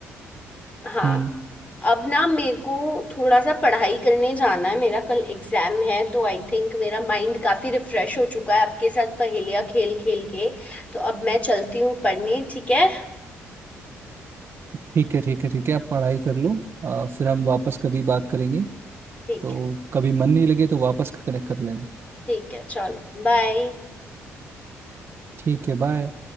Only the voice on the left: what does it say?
हाँ
अब ना मेरे को थोड़ा सा पढ़ाई करने जाना है मेरा कल एग्जाम है तो आई थिंक मेरा माइंड काफी रिफ्रेश हो चुका है आपके साथ पहेलियां खेल खेल के तो अब मैं चलती हूँ पढ़ने ठीक है
ठीक
है
ठीक है चलो बाय